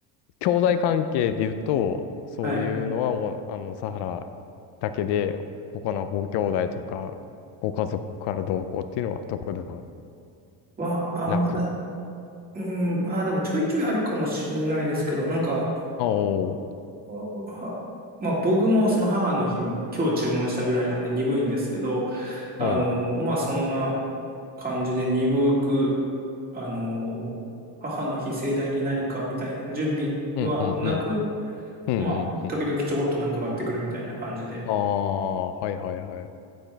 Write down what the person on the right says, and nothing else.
はい。
は、あんま、
うーん、あー、でもちょいちょいあるかもしれないですけど、なんか、
はまあ僕もその母の日に今日注文したぐらいなんで鈍いんですけど、あの、
まあそんな感じで鈍く、あの、母の日盛大に何かみたいな準備はなく、
まあ時々ちょこっとなんか買ってくるみたいな感じで。